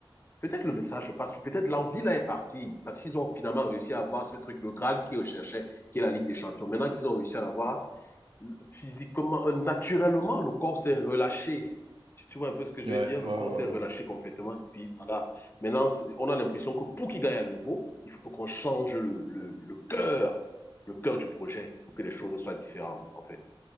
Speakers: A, on the left (about 25°); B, on the right (about 70°).
A: peut-être le message passe, peut-être l'envie là est partie, parce qu'ils ont finalement réussi à avoir ce truc, le Graal qu'ils recherchaient, qui est la Ligue des Champions. Maintenant qu'ils ont réussi à l'avoir, physiquement, euh, naturellement, le corps s'est relâché. Tu, tu vois un peu ce que je
B: ouais,
A: veux dire?
B: ouais,
A: Le
B: ouais.
A: corps s'est relâché
B: ouais.
A: complètement. Et puis voilà. Maintenant, on a l'impression que pour qu'il gagne à nouveau, il faut qu'on change le, le, le cœur, le cœur du projet pour que les choses soient différentes, en fait.